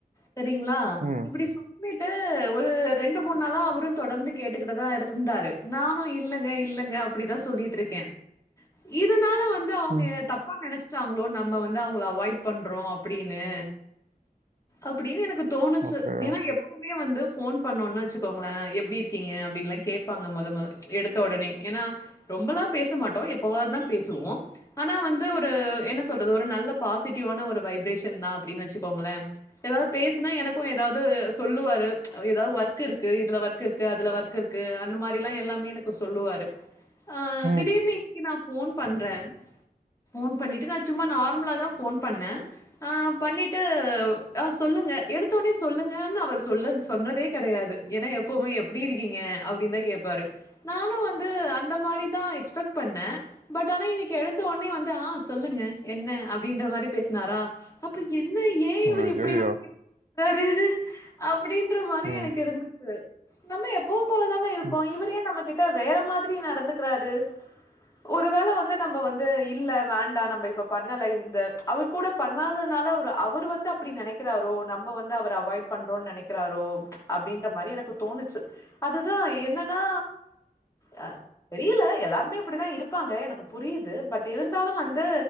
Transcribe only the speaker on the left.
செரிங்ளா
இப்டி சொல்லிட்டு ஒரு ரெண்டு மூணு நாளா அவரும் தொடர்ந்து கேட்டுக்கிட்டுதா இருந்தாரு நானு இல்லங்க இல்லங்க அப் அப்டிதா சொல்லிட்ருக்கே இதனால வந்து அவுங்க
தப்பா நெனச்சி ச்சாங்ளோ நம்ம வந்து அவுங்கள அவாய்ட் பண்றோ அப்டின்னு அப்டின்னு எனக்கு தோணுச்சி
ஏனா எப்பவுமே வந்து ஃபோன் பன்னோன்னு வச்சிகோங்களே எப்டி இருக்கீங்க அப்டின்ல்லா கேப்பாங்க மொத மொத எடுத்த ஒடனே ஏனா ரொம்பலா பேச மாட்டோ எப்பவாதா பேசுவோ ஆனா வந்து ஒரு என்ன சொல்றது ஒரு நல்ல பாசிட்டிவ்வான ஒரு வைப்ரேஷன்தா அப்டின் வச்சிக்கோங்களே எதாவது பேசனா எனக்கும் எதாவது சொல்லுவாரு எதா ஒர்க் இருக்கு இதுல வர்க் இருக்கு அதுல வர்க் இருக்கு அந்த மாரில்லா எல்லாமே எனக்கு சொல்லுவாரு ஆ
திடீர்னு இன்னைக்கி நா ஃபோன் பண்ற ஃபோன் பண்ணிட்டு நா சும்மா நார்மலாதா ஃபோன் பண்ண ஆ பண்ணிட்டு ஆ சொல்லுங்க எடுத்தொன்னே சொல்லுங்கன்னு அவர் சொல்ல சொன்னதே கெடையாது ஏனா எப்பவுமே எப்டி இருக்கீங்க அப்டின்தா கேப்பாரு நானு வந்து அந்த மாரிதா எக்ஸ்பட் பண்ண பட் ஆனா இன்னைக்கி எடுத்தவொன்னே வந்து ஆ சொல்லுங்க என்ன அப்டின்ற மாரி பேசனாரா அப்ப என்ன ஏ ஏ இவரு
இப்டி நம்ம கிட்ட றாரு அப்டின்ற மாரி
எனக்கு இருந்துச்சி நம்ம எப்பவும் போலதான இருக்கோ
இவரு ஏன் நம்ம கிட்ட வேறமாதிரி நடந்துகிறாரு ஒரு வேள வந்து நம்ம வந்து இல்ல வேண்டா நம்ப இப்ப பண்ணல இந்த அவர் கூட பண்ணாதனால அவரு அவரு வந்து அப்டி நெனக்கிறாரோ நம்ப வந்து அவர அவாய்ட் பண்றோ நெனைக் கிறாரோ அப்டின்ற மாரி எனக்கு தோணுச்சி அதுதா என்னன்னா அ தெரியல எல்லாருமே இப்டிதா இருப்பாங்க எனக்கு புரியிது பட் இருந்தாலு வந்து